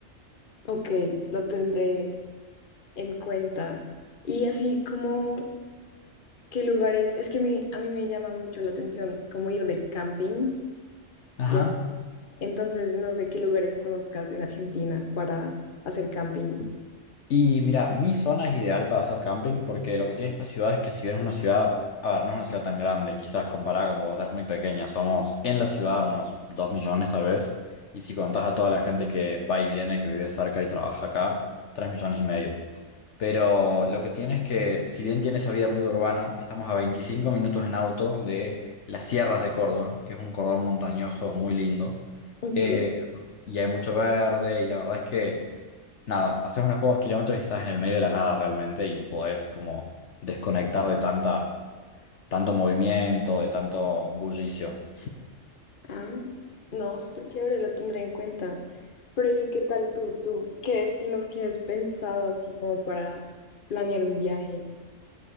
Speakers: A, on the left; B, on the left.
A: Ok, lo tendré en cuenta. Y así como, ¿qué lugares? Es que a mí, a mí me llama mucho la atención como ir de camping.
B: Ajá.
A: y Entonces, no sé qué lugares conozcas en Argentina para hacer camping.
B: Y mira, mi zona es ideal para hacer camping porque lo que tiene esta ciudad es que si bien es una ciudad, a ver, no es una ciudad tan grande, quizás comparada con Bogotá es muy pequeña, somos en la ciudad unos 2 millones tal vez, y si contás a toda la gente que va y viene, que vive cerca y trabaja acá, 3 millones y medio. Pero lo que tiene es que si bien tiene esa vida muy urbana, estamos a 25 minutos en auto de las sierras de Córdoba, que es un cordón montañoso muy lindo,
A: Ok.
B: eh, y hay mucho verde, y la verdad es que... Nada, haces unos pocos kilómetros y estás en el medio de la nada realmente y podés como desconectar de tanta, tanto movimiento, de tanto bullicio.
A: Ah, no, súper chévere, lo tendré en cuenta. Pero ¿y qué tal tú? ¿Tú qué destinos tienes pensado así como para planear un viaje?